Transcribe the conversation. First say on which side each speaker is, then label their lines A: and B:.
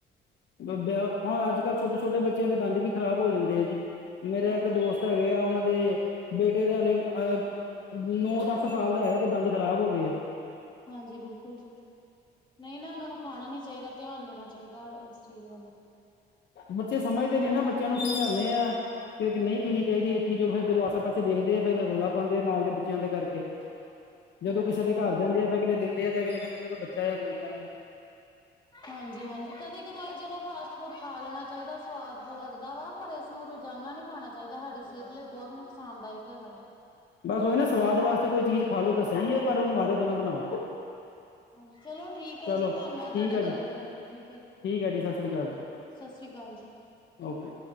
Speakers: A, on the left; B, on the left.
A: <unintelligible> ਅੱਜ ਕੱਲ੍ਹ ਛੋਟੇ ਛੋਟੇ ਬੱਚਿਆਂ ਦੇ ਦੰਦ ਵੀ ਖ਼ਰਾਬ ਹੋ ਜਾਂਦੇ ਆ ਜੀ। ਮੇਰੇ
B: ਹਾਂਜੀ,
A: ਇੱਕ ਦੋਸਤ ਹੈਗੇ ਆ ਉਹਨਾਂ ਦੇ ਬੇਟੇ ਦੇ ਹਲੇ ਅ ਨੌ, ਦਸ ਸਾਲ ਦਾ ਹੈਗਾ ਤੇ ਦੰਦ ਖ਼ਰਾਬ ਹੋ ਗਏ ਆ।
B: ਹਾਂਜੀ ਬਿਲਕੁਲ ਜੀ ਨਹੀਂ ਨਾ ਉਹਨਾਂ ਨੂੰ ਖਾਣਾ ਨੀ ਚਾਹੀਦਾ। ਧਿਆਨ ਦੇਣਾ ਚਾਹੀਦਾ ਇਸ ਚੀਜ਼ ਵੱਲ।
A: ਬੱਚੇ ਸਮਝਦੇ ਨੀ ਨਾ ਬੱਚਿਆਂ ਨੂੰ ਸਮਝਾਨੇ ਆ ਕਿ ਨਹੀ ਪੀਣੀ ਚਾਹੀਦੀ ਇਹ ਚੀਜ਼ ਉਹ ਫਿਰ ਜਦੋ ਪਾਸੇ ਦੇਖਦੇ ਆ ਫੇਰ ਰੌਲਾ ਪਾਉਂਦੇ ਆ ਨਾਲ ਦੇ ਬੱਚਿਆਂ ਦੇ ਕਰਕੇ
B: ਹਾਂਜੀ,
A: ਜਦੋਂ ਕਿਸੇ ਦੇ
B: ਹਾਂਜੀ।
A: ਘਰ ਜਾਂਦੇ ਆ ਅਗਲੇ ਦਿੰਦੇ ਆ ਤੇ ਅਗਲੇ ਕਹਦੇ ਚਲੋ ਬੱਚਾ ਆ ਕੋਈ ਗੱਲ ਨੀ।
B: ਹਾਂਜੀ-ਹਾਂਜੀ ਕਦੇ ਕਦਾਈ ਚਲੋ ਫਾਸਟ ਫੂਡ ਖਾ ਲੈਣਾ ਚਾਹੀਦਾ ਸਵਾਦ ਲੱਗਦਾ ਵਾ ਪਰ ਇਸਨੂੰ ਰੋਜ਼ਾਨਾ ਨੀ ਖਾਣਾ ਚਾਹੀਦਾ ਸਾਡੀ ਸਿਹਤ ਲਈ ਬਹੁਤ ਨੁਕਸਾਨਦਾਇਕ ਹੈਗਾ ਵਾ।
A: ਬਸ ਉਹੀ ਨਾ ਸਵਾਦ ਵਾਸਤੇ ਕੋਈ ਚੀਜ਼ ਖਾ ਲੋ ਤਾ ਸਹੀ ਹੈ ਪਰ ਉਹਨੂੰ ਆਦਤ ਨਾ ਬਣਾਓ।
B: ਹਾਂਜੀ ਚਲੋ ਠੀਕ ਆ
A: ਚਲੋ
B: ਜੀ ਧੰਨਵਾਦ
A: ਠੀਕ
B: ਤੁਹਾਡਾ
A: ਹੈ ਜੀ
B: ਗੱਲ ਕਰਨ ਲਈ ਠੀਕ ਹੈ ਜੀ।
A: ਠੀਕ ਹੈ ਜੀ ਸਤਿ ਸ੍ਰੀ ਅਕਾਲ ਜੀ
B: ਸਸ ਸ੍ਰੀ ਕਾਲ ਜੀ।
A: ਓਕੇ